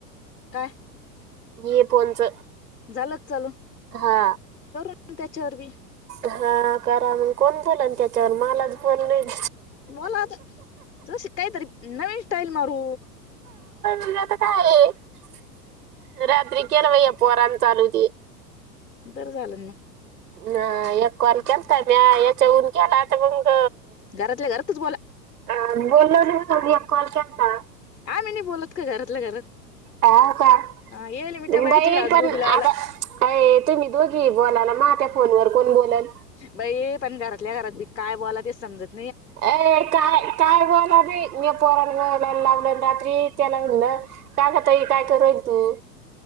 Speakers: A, on the left; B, on the right.
A: काय?
B: ये फोनच.
A: झालं का चालू?
B: हा.
A: प त्याच्यावर बी.
B: हा करा म्हणे कोण बोला ना, त्याच्यावर मलाच बोलण.
A: बोला ते ज शि काय तरी नवीन स्टाईल मारु.
B: तुज आता काय आहे रात्री केला बाई या पोरान चालू हुती
A: बरं झालं मग
B: ना एक कॉल केलता म याच्या वरुन केलाता तर मंग.
A: घरातल्या घरातच बोला.
B: अ बोललो एक कॉल केलता.
A: आमी नाही बोलत का घरातल्या घरात.
B: ह का
A: येईल मी
B: बाई
A: त्या बायाची डास
B: पण
A: गोबी
B: आता.
A: लावाला
B: अ तुम्ही दोघी आहे बोलाला, माझ्या फोनवर कोण आहे बोलाला?
A: बाई पण घरातल्या घरात बी काय बोलाच तेच समजत न्
B: अ काय काय बोला बी पोराला ए रात्री तेला म्हणलं. का ग ताई काय करुन रायली तु?